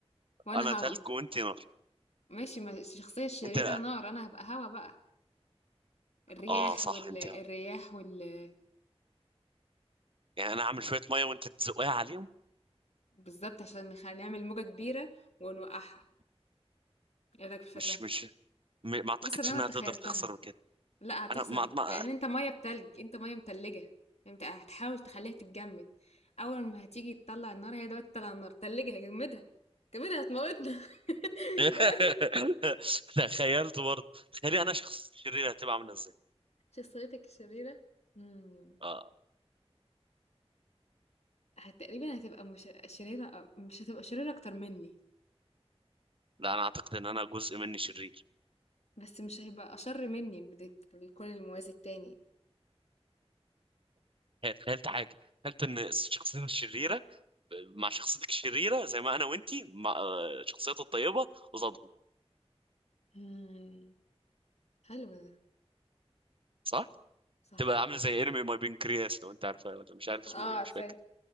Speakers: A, on the left (about 85°); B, on the right (about 55°).
A: وانا
B: انا تلج
A: هوا
B: وانت نار
A: ماشي ما الشخصيه الشريره
B: انت
A: نار انا هبقى هوا بقى الرياح
B: اه صح
A: وال...
B: انت
A: الرياح وال...
B: يعني انا اعمل شويه ميه وانت تزقها عليهم
A: بالظبط عشان نخ- نعمل موجة كبيرة ونوقعها ايه رأيك في الفكرة
B: مش مش م- ما اعتقدش
A: حاسة ان انا
B: انها
A: تخيلتها
B: تقدر تخسر من كده
A: لا هتخسر
B: انا ما ما
A: لان انت مية بتلج انت مية متلجة انت هتحاول تخليها تتجمد اول ما هتيجي تطلع النار هي دلوقتي تطلع النار تلجها جمدها جمدها هتموتنا <laughs>
B: <laughs>
A: جمدها
B: تخيلت برضه تخيلي انا شخص شرير هتبقى عامله ازاي
A: شخصيتك الشريرة مم.
B: اه
A: هت- تقريبا هتبقى مش شريرة مش هتبقى شريرة أكتر مني
B: لا انا اعتقد ان انا جزء مني شرير
A: بس مش هيبقى أشر مني بد- بكل الموازي التاني
B: هي- تخيلت حاجه تخيلت ان شخصيتي الشريره مع شخصيتك الشريره زي ما انا وانتي مع آه، شخصيتي الطيبه قصادهم
A: إمم، حلو ده،
B: صح
A: صح.
B: تبقى عامله زي انمي ماي بنكرياس لو انت عارفه ولا مش عارف اسمه
A: آه،
B: ايه
A: عارفاه.
B: مش فاكر